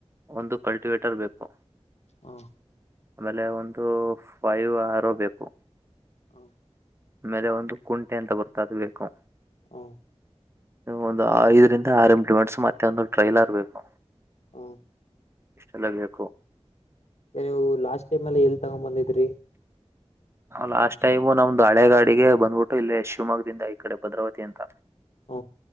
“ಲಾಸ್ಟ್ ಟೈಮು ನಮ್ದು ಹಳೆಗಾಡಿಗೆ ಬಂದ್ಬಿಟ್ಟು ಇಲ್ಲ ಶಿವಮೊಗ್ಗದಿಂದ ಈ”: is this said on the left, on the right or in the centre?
Right